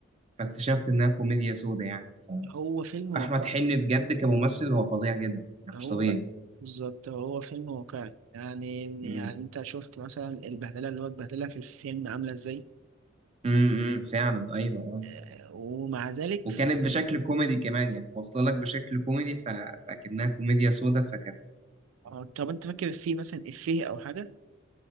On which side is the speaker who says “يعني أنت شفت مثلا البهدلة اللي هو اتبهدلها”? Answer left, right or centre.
Right